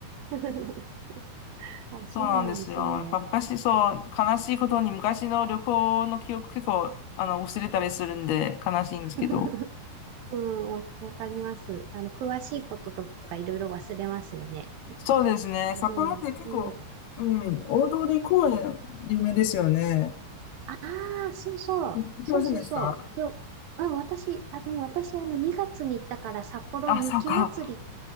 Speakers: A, on the right; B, on the left.
A: <laughs> あ、そうなんですね。
B: そうなんですよ。やっぱ昔、そう、悲しいことに昔の旅行の記憶結構、あの、忘れたりするんで悲しいんですけど。
A: <laughs> うん、わ、わかります。あの、詳しいこととかいろいろ忘れますよね。
B: そうですね。
A: でも、
B: 札幌って結構、
A: うん、あ
B: うん、大通公園有名ですよね。
A: あ、そうそう、
B: い行きませんでした
A: そうそうそう。で、うん、私、あ、でも私、あの、2月に行ったから札幌雪まつり、
B: あ、そうか。